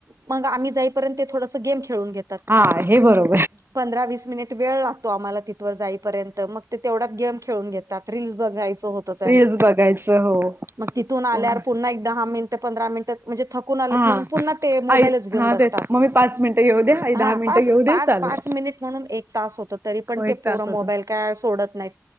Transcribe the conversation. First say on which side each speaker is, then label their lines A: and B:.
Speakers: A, on the right; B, on the right.
A: मंग आम्ही जाईपर्यंत ते थोडंसं गेम खेळून घेत
B: हा हे बरोब
A: पंधरा वीस मिनिट वेळ लागतो आम्हांला तिथवर जाईपर्यंत मग ते तेवढ्यात गेम खेळून घेतात. रिल्स बघायचं होतं त्यां
B: रिल्स बघायचं. हो
A: मग तिथून आल्यावर
B: कोण
A: पुन्हा एकदा दहा मिनिटं पंधरा मिनिटं म्हणजे थकून आलेत
B: हा
A: म्हणून पुन्हा ते मोबालच
B: आई
A: घेऊन
B: हा
A: बसतात
B: तेच मग मी पाच मिनिटं घेऊ दे आई दहा
A: हं
B: मिनिटं
A: पाच
B: घेऊ दे
A: पाच
B: चालूच
A: पाच मिनट म्हणून एक तास होतो. तरी पण
B: हो एक
A: ते पोरं
B: तासच
A: मोबाईल का सोडत नाहीत